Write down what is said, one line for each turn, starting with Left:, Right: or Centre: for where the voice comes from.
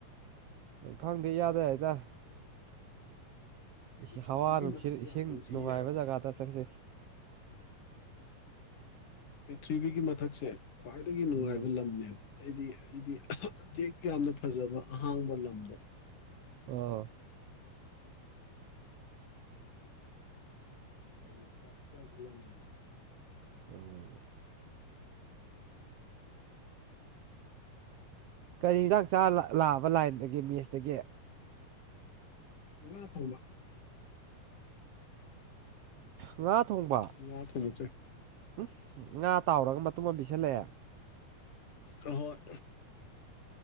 Right: ꯈꯪꯗꯦ ꯏꯌꯥꯗ ꯌꯥꯏꯗ
Left: ꯑꯩꯗꯤ
Right: ꯏꯁ
Left: ꯄ꯭ꯔꯤꯊꯤꯕꯤ
Right: ꯍꯋꯥ ꯅꯨꯡꯁꯤꯠ
Left: ꯃꯊꯛꯁꯦ
Right: ꯏꯁꯤꯡ
Left: ꯌꯥꯝ ꯅꯨꯡꯁꯤꯌꯦ
Right: ꯅꯨꯡꯉꯥꯏꯕ
Left: ꯍꯥꯏꯕ
Right: ꯖꯒꯥꯗ ꯆꯪꯁꯦ
Left: ꯄ꯭ꯔꯤꯊ꯭ꯤꯕꯤꯒꯤ ꯃꯊꯛꯁꯦ ꯈ꯭ꯋꯥꯏꯗꯒꯤ ꯅꯨꯡꯉꯥꯏꯕ
Right: ꯎꯝ
Left: ꯂꯝꯅꯦꯕ ꯑꯩꯗꯤ ꯑꯩꯗꯤ ꯍꯦꯛ ꯌꯥꯝꯅ ꯐꯖꯕ ꯑꯍꯥꯡꯕ ꯂꯝꯗꯣ
Right: ꯑꯥ
Left: ꯌꯥꯝꯅ ꯆꯥꯛꯆꯥꯎꯒ ꯂꯝꯒꯤꯝꯅꯦ
Right: UNINTELLIGIBLE ꯀꯔꯤ ꯍꯦꯟꯖꯥꯡ ꯆꯥꯔ ꯂꯥꯛꯑꯕ ꯂꯥꯏꯟꯗꯒꯤ ꯃꯦꯁꯇꯒꯤ
Left: ꯉ ꯊꯝꯕ
Right: ꯉꯥ ꯊꯣꯡꯕ
Left: ꯉꯥ ꯊꯣꯡꯕ ꯆꯥꯏ
Right: ꯎꯝ ꯉꯥ ꯇꯥꯎꯔꯒ ꯃꯇꯨꯝ ꯑꯃ ꯄꯤꯁꯜꯂꯛꯑꯦ
Left: ꯍꯣꯏ